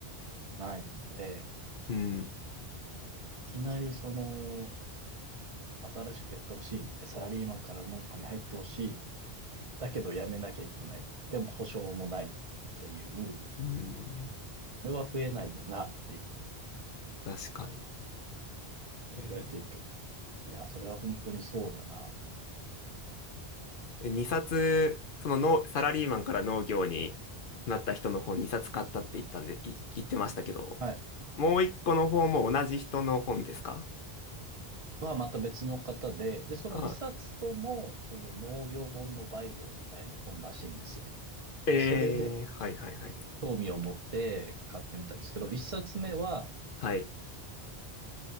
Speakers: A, on the right (about 35°); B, on the left (about 60°).
A: ないので、
B: うん。
A: いきなりその、新しくやってほしい。で、サラリーマンから農家に入ってほしい。だけど辞めなきゃいけない。でも保証もないっていう、こ
B: うん。
A: れは増えないよなっていう
B: 確かに。
A: 問題提供。
B: え
A: いや、それは本当にそうだなと。
B: 2冊、その農サラリーマンから農業になった人の本2冊買ったって言ったんで、い言ってましたけど、
A: はい。
B: もう1個の方も同じ人の本ですか
A: はまた別の方で、で、その2冊とも、
B: あ、
A: その農業本のバイブルみたいな本らしいんですよ。
B: ええはいはいはい。
A: で、それで、興味を持って買ってみたんですけど、一冊目は、
B: はい、